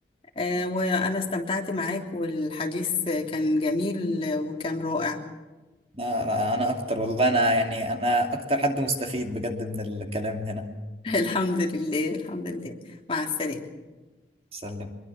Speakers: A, on the left; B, on the right.
A: آه وأنا استمتعت معاك والحديث كان جميل وكان رائع
B: لا لا انا اكتر والله انا يعني انا اكتر حد مستفيد بجد من الكلام هنا
A: <laughs> الحمد لله الحمد لله مع السلامة
B: سلم